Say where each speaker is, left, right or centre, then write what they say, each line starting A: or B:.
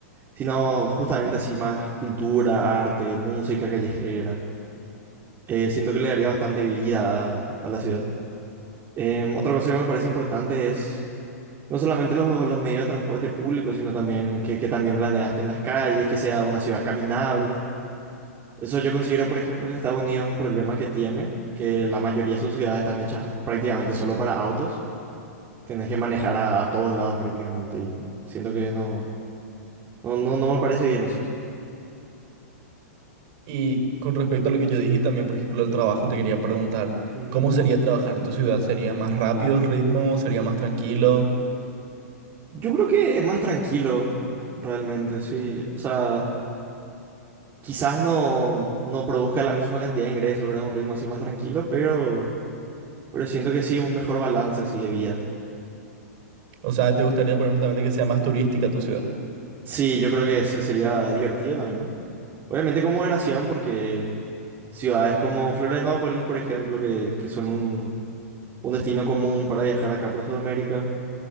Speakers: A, on the right (about 25°); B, on the right (about 45°).
A: sino justamente así más cultura, arte, música callejera. Eh, siento que le daría bastante vida a, a la ciudad. Em, otra cosa que me parece importante es No solamente los, los medios de transporte público, sino también que, que también planeaste en las calles, que sea una ciudad caminable. Eso yo considero, por ejemplo, que Estados Unidos es un problema que tiene, que la mayoría de sus ciudades están hechas prácticamente solo para autos. Tienes que manejar a, a todos lados prácticamente y siento que no, no, no, no me parece bien eso.
B: Y con respecto a lo que yo dije también, por ejemplo, el trabajo, te quería preguntar,
A: Ujú.
B: ¿cómo sería trabajar en tu ciudad? ¿Sería más rápido el ritmo? ¿Sería más tranquilo?
A: Yo creo que es más tranquilo, realmente, sí. O sea, quizás no, no produzca la misma cantidad de ingresos, ¿verdad? Un ritmo así más tranquilo, pero, pero siento que sí, un mejor balance así de vida.
B: O sea, ¿te gustaría, por ejemplo, también que sea más turística tu ciudad?
A: Sí, yo creo que ese sería divertido también. Obviamente como moderación, porque ciudades como Florianópolis, por ejemplo, que, que son un, un destino común para viajar acá por Sudamérica.